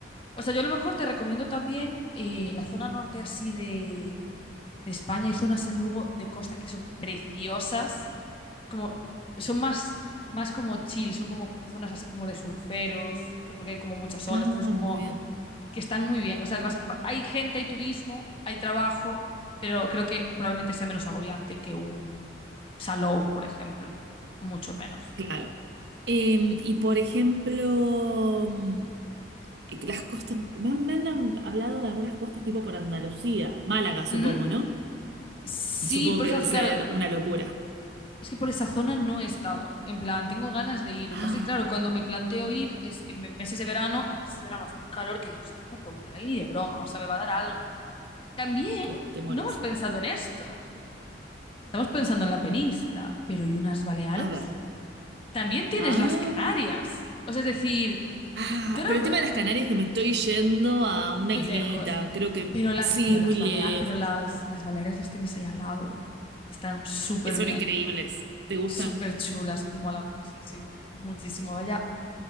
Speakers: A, on the left; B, on the right.
A: O sea, yo a lo mejor te recomiendo también eh, la zona norte así de, de España. Hay zonas en Lugo de costa que son preciosas. Es como, son más, más como chill, son como zonas así como de surferos, ¿sabes? porque hay como muchas olas,
B: Ah,
A: entonces como
B: muy bien.
A: que están muy bien. O sea, te vas- hay gente, hay turismo, hay trabajo, pero creo que probablemente sea menos agobiante que un Salou, por ejemplo. Mucho menos.
B: Claro.
A: Sí, sí.
B: Em, y por ejemplo, mm, eh, las costas. Me han, me han hablado de algunas costas tipo por Andalucía. Málaga, supongo,
A: Ujú.
B: ¿no?
A: Sí,
B: Supongo
A: por
B: que
A: eso,
B: debe ser
A: claro,
B: una locura.
A: Es que por esa zona no he estado. En plan, tengo ganas de ir.
B: Ah,
A: Lo que pasa es que, claro, cuando me planteo ir es en meses de verano y en meses de verano hace un calor que digo, es que no me puedo meter ahí ni de broma, o sea, me va a dar algo. También
B: claro, te morís.
A: no hemos pensado en esto. Estamos pensando en la península, pero ¿y unas Baleares?
B: A ver.
A: También tienes
B: Ah.
A: las Canarias. O sea, es decir,
B: Ah,
A: tú ahora
B: pero el tema de las Canarias es que me estoy yendo a una
A: muy
B: islita,
A: lejos,
B: creo que
A: pero las,
B: sí,
A: pero las,
B: muy lejos.
A: Balea- pero las, las Baleares las tienes ahí al lado y están súper
B: Eh, Son
A: bien,
B: increíbles. ¿Te gustan?
A: súper chulas, mola muchísimo, muchísimo. Vaya